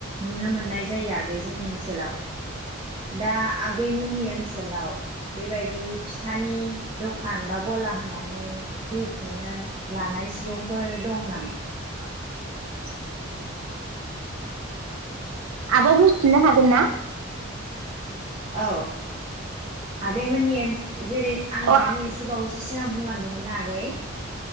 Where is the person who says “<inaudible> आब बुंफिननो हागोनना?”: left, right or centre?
Right